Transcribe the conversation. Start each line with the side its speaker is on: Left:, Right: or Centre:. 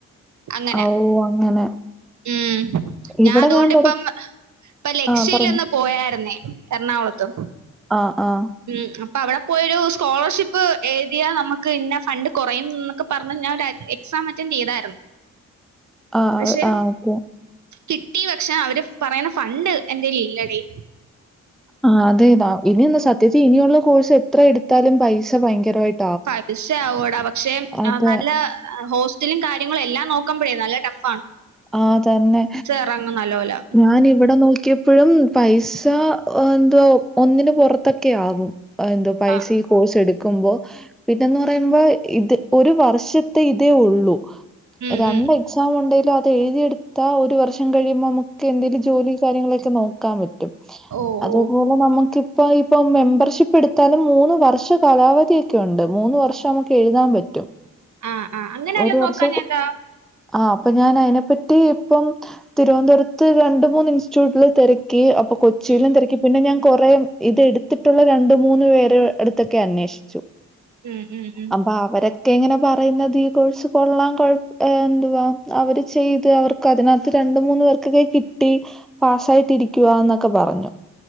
Right: അങ്ങനെ
Centre: ഔ ‌ അങ്ങനെ
Right: ഉം ഞാ
Centre: ഇവിടെ
Right: അതുകൊണ്ടിപ്പം
Centre: ഞാൻ തൊട
Right: ഇപ്പ ലക്ഷ്യയിൽ
Centre: ആഹ് പറഞ്ഞോ.
Right: ഒന്ന് പോയാരുന്നേ എറണാകുളത്ത്
Centre: ആഹ്‌ ആഹ്‌
Right: ഉം അപ്പൊ അവിടെ പോയൊരു സ്കോളർഷിപ്പ് എഴുതിയാ നമുക്ക് ഇന്ന ഫണ്ട് കൊറയും എന്നൊക്കെ പറഞ് ഞാൻ ഒര എക്സാം അറ്റൻഡ് ചെയ്തായിരുന്നു
Centre: ആഹ
Right: പക്ഷെ
Centre: ആഹ ഓക്കെ
Right: കിട്ടി പക്ഷെ അവര് പറയുന്ന ഫണ്ട് എന്റെ കൈയിലില്ലടി
Centre: ആഹ അതെ ഇനി എന്താ സത്യജ ഇനിയുള്ള കോഴ്സ് എത്ര എടുത്താലും പൈസ ഭയങ്കരമായിട്ട്
Right: പൈസ ആവടാ പക്ഷെ
Centre: അതെ.
Right: നല്ല ഹോസ് <unintelligible> കാര്യങ്ങളും എല്ലാം നോക്കാപഴേ നല്ല ടഫ് ആണ്
Centre: ആഹ തന്നെ
Right: അറങ്ങങ് നല്ല പോല
Centre: ഞാൻ ഇവിടെ നോക്കി പ്പോഴും പൈസ എന്തുവാ ഒന്നിന് പുറത്തൊക്കെ ആകും എന്തോ പൈസ
Right: ആഹ്.
Centre: ഈ കോഴ്സ് എടുക്കുമ്പോ പിന്നെന്ന് പറയുമ്പോ ഇത് ഒരു വർഷത്തെ ഇതേ ഉള്ളൂ
Right: ഉം
Centre: രണ്ട
Right: ഉം.
Centre: എക്സാം ഉണ്ടെങ്കിലും അത് എഴുതി എടുത്താ ഒരു വർഷം കഴിയുമ്പോൾ നമുക്ക് എന്തിലും ജോലി കാര്യങ്ങളൊക്കെ നോക്കാൻ പറ്റും
Right: ഓഹ്
Centre: അത്
Right: ഓഹ്.
Centre: <unintelligible> നമുക്കിപ്പ ഇപ്പൊ മെമ്പർഷിപ്പ് എടുത്താലും മൂന്ന് വർഷം കാലാവധിയൊക്കെ ഉണ്ട് മൂന്ന് വർഷം നമുക്ക് എഴുതാൻ പറ്റും
Right: ആഹ് ആഹ്. അങ്ങനെ വല്ലോം
Centre: ഒരു വർഷ
Right: നോക്കാഞ്ഞെന്താ?
Centre: ആഹ അപ്പൊ ഞാൻ അതിനെപ്പറ്റി ഇപ്പം തിരുവനന്തപുരത്ത് രണ്ട് മൂന്ന് ഇൻസ്റ്റിറ്റ്യൂട്ടില് തിരക്കി അപ്പൊ കൊച്ചിയിലും
Right: ഉം
Centre: തിരക്കി പിന്നെ ഞാൻ കൊറെേ ഇത് എടുത്തിട്ടുള്ള രണ്ട മൂന്ന് പേരെ അടുത്തൊക്കെ അന്വേഷിച്ചു
Right: ഉം ഉം ഉം
Centre: അപ്പൊ അവരൊക്കെ ഇങ്ങനെ പറയുന്നത് ഈ കോഴ്സ് കൊള്ളാ കൊഴ എന്തുവാ അവര് ചെയ്ത് അവർക്ക് അതിനകത്ത് രണ്ട മൂന്ന പേർക്കൊക്കെ കിട്ടി പാസ്സായിട്ടിരിക്കുകന്നൊക്കെ പറഞ്ഞു